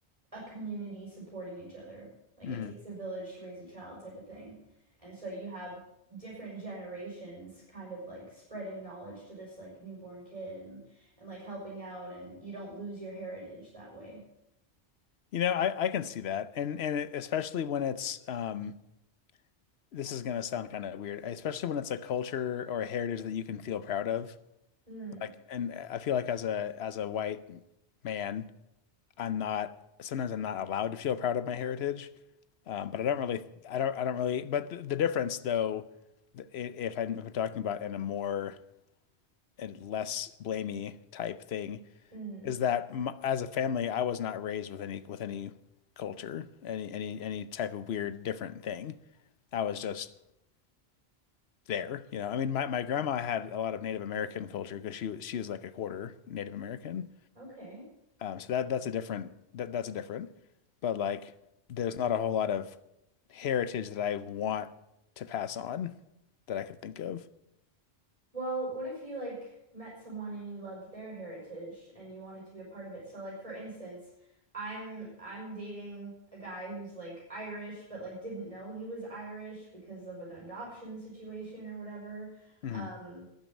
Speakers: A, on the right (about 30°); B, on the left (about 70°).
A: a community supporting each other. Like
B: hmm
A: it takes a village to raise a child type of thing. And so you have different generations kind of like spreading knowledge to this like newborn kid and and like helping out and you don't lose your heritage that way.
B: You know, I, I can see that. And and especially when it's um this is gonna sound kind of weird, especially when it's a culture or a heritage that you can feel proud of.
A: Mm,
B: Like, and I feel like as a as a white man, I'm not sometimes I'm not allowed to feel proud of my heritage. Um, but I don't really, I don't, I don't really. But the, the difference, though, th- i- if I'm if I'm talking about in a more and less blamey type thing,
A: mm.
B: is that m as a family, I was not raised with any with any culture, any any any type of weird different thing. I was just there, you know. I mean, my my grandma had a lot of Native American culture because she was she was like a quarter Native American,
A: Okay.
B: Um, so that that's a different that that's a different, but like there's not a whole lot of heritage that I want to pass on that I could think of.
A: Well, what if you like met someone and you loved their heritage and you wanted to be a part of it? So like for instance, I'm I'm dating a guy who's like Irish but like didn't know he was Irish because of an adoption situation or whatever.
B: hmm
A: Um